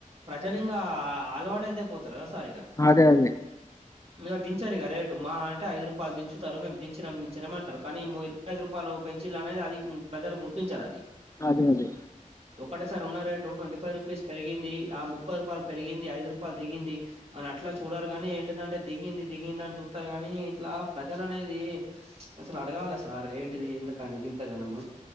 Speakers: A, on the right; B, on the left.
A: ప్ర జలింగా అలవాటు అయితే పోతారా సారీగా
B: అదే అదే
A: ఇగ దించారీగా రేటు మాహ అంటే ఐదు రూపాయలు దించుతరు మేము దించినాం దించినమంటారు కానీ ఇ ఐదు రూపాయలు పెంచిళ్ళనేది అది ప్రజలు గుర్తించారు అది
B: అదే అదే
A: ఒకటే సార్ ఉన్నారుారే టూ ట్వంటీ ఫైవ్ రూపీస్ పెరిగింది ఆ ముప్పై రూపాయలు పెరిగింది ఐదు రూపాయలు దిగింది అని అట్లా చూడారు కాగాని ఏంటిదంటే దిగింది దిగింది అని చూతారు కాని ఇట్లా ప్రజల అనేది అసలు అడగాలే సార్ ఏంటిది ఎందుకని గింత గనము